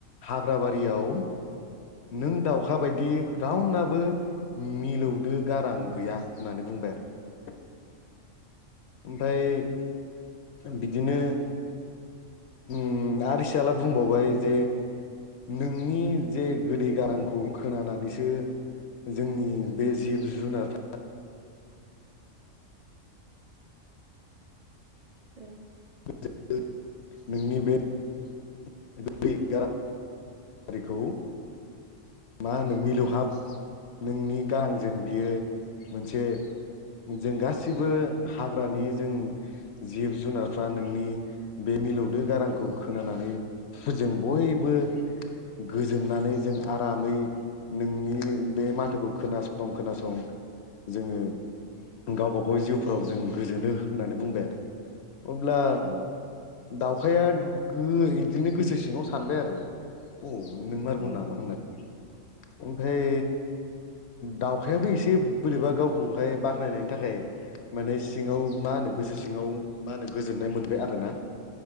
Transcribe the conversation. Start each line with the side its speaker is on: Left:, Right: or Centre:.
Left: हाग्रख बारियाव नों दाउखा बायदि रावना बो
Right: उम
Left: मिलौदो गारां गैया होननानै बुंबाय आरो। ओमफ्राय बिदिनो उम आरो सियाला बुंबावबाय जे नोंनि जे गोदै गारांखौ खोनानानैसो जोंनि बे जिब जुनारफ्रा
Right: उम
Left: <unintelligible> नोंनि बे <unintelligible> गारिखौ मा होनो मिलौहाब नोंनि गाहांजों बियो मोनसे जों गासिबो हाग्रानि जों जिब जुनारफ्रा नोंनि बे मिलौदो गारांखौ खोनानानै जों बयबो गोजोननानै जों आरामै नोंनि बे माथोखौ खोनासं खोनासं जोङो गावबाग' जिउफोराव जों गोजोनो होननानै बुंबाय आरो। अब्ला
Right: ओं
Left: दाउखाया गो इदिनो गोसो सिङाव सानबाय आरो अ नोंमारगौ
Right: उम
Left: नामा होननानै। ओमफाय दाउखायाबो एसे बोरैबा गावखौहाय बाख्नायनायनि थाखाय माने सिङाव मा होनो गोसो सिङाव मा होनो गोजोन नाय मोनबाय आरोना